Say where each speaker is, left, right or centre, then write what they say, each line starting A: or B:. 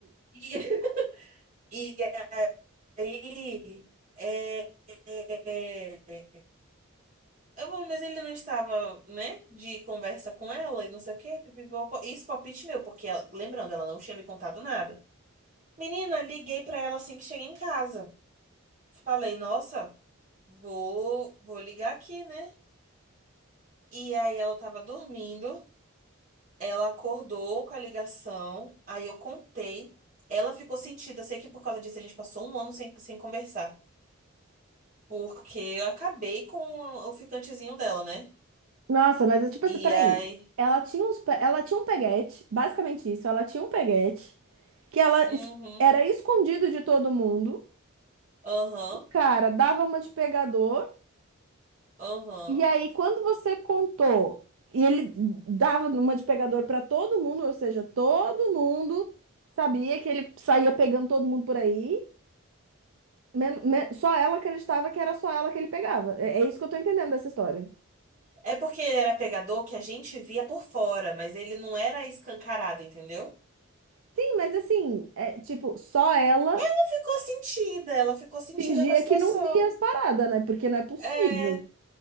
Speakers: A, on the right; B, on the right.
A: E, <laughs> e aí, é, é, é, é, eu vou, mas ele não estava, né, de conversa com ela e não sei o quê. pipipopó. Isso, é palpite meu, porque, ela- lembrando, ela não tinha me contado nada. Menina, liguei pra ela assim que cheguei em casa. Falei, nossa, vou, vou ligar aqui, né? E aí ela tava dormindo, ela acordou com a ligação, aí eu contei. Ela ficou sentida, sei que por causa disso a gente passou um ano sem, sem conversar. Porque eu acabei com o ficantezinho dela, né?
B: Nossa, mas é tipo
A: E
B: assim, peraí.
A: aí.
B: Ela tinha uns, pe- ela tinha um peguete, basicamente isso. Ela tinha um peguete que ela
A: Uhum,
B: es- era escondido de todo mundo.
A: aham,
B: O cara dava uma de pegador
A: aham.
B: e aí quando você contou e ele dava uma de pegador pra todo mundo, ou seja, todo mundo sabia que ele saía pegando todo mundo por aí. men- men- só ela acreditava que era só ela que ele pegava. É, é isso que eu tô entendendo dessa história.
A: É porque ele era pegador que a gente via por fora, mas ele não era escancarado, entendeu?
B: Sim, mas assim, é tipo, só ela
A: Ela ficou sentida, ela ficou sentida
B: fingia
A: com a situação.
B: que não via as paradas, né? Porque não é possível.
A: É.